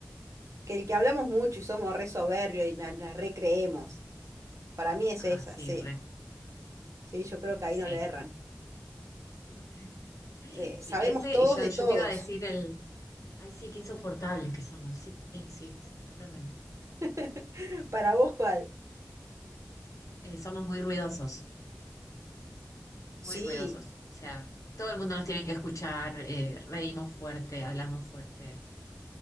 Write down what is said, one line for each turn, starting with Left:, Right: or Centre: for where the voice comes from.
Right: que el que hablamos mucho y somos re soberbios y na- la, recreemos, para mí es
Left: Ah,
Right: esa,
Left: sí,
Right: sí.
Left: re.
Right: Sí, yo creo que ahí
Left: Sí.
Right: no le erran.
Left: <laughs>
Right: Eh,
Left: Sí,
Right: sabemos
Left: ese,
Right: todos
Left: y yo,
Right: de
Left: yo
Right: todos.
Left: te iba a decir el, ay sí, qué insoportables que somos, sí, sí, sí, totalmente.
Right: <laughs> ¿Para vos cuál?
Left: Eh, somos muy ruidosos, muy
Right: Sí,
Left: ruidosos, o sea, todo el mundo nos tiene que escuchar, eh, reímos fuerte, hablamos fuerte,